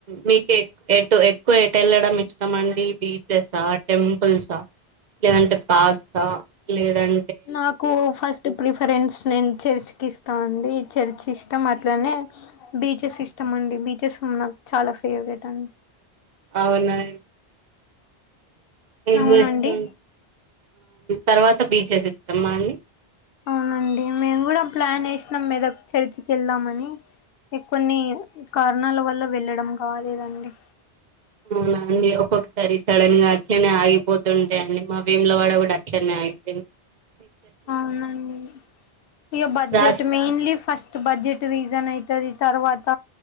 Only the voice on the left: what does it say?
నాకు ఫస్ట్ ప్రిఫ్ ఫ్రెండ్స్ నేను చర్చ్కిస్తా అండి చర్చ్ ఇష్టం అట్లనే బీచెస్ ఇష్టమండి. బీచెస్ ఉ నాకు చాలా ఫేవరెట్ అండి
అవునండి
అవునండి మేము కూడా ప్లాన్ వేసినాం మీద చర్చికి వెళ్దామని కొన్ని కారణాల వల్ల వెళ్ళడం కాలేదండి
అవునండి ఇక బడ్జెట్
మెయిన్లీ ఫస్ట్ బడ్జెట్ రీజన్ అయితది తర్వాత